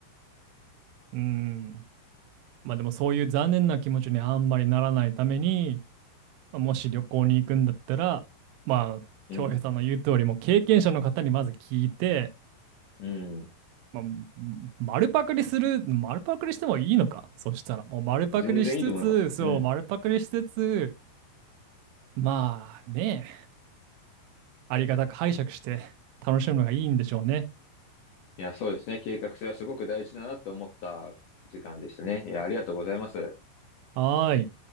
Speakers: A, on the right (about 85°); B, on the left (about 65°).
A: うん。まあでもそういう残念な気持ちにあんまりならないために、まあもし旅行に行くんだったら、まあ、
B: うん。
A: 京平さんの言う通り、もう経験者の方にまず聞いて、
B: うん。
A: まあ、ま丸パクリする、丸パクリしてもいいのかそしたら、もう丸パクリしつつ、
B: 全然いいと思います。
A: そう、
B: うん。
A: 丸パクリしつつ、まあね、ありがたく拝借して楽しむのがいいんでしょうね。
B: いや、そうですね。計画性はすごく大事だなと思った時間でしたね。いや、ありがとうございます。
A: はーい。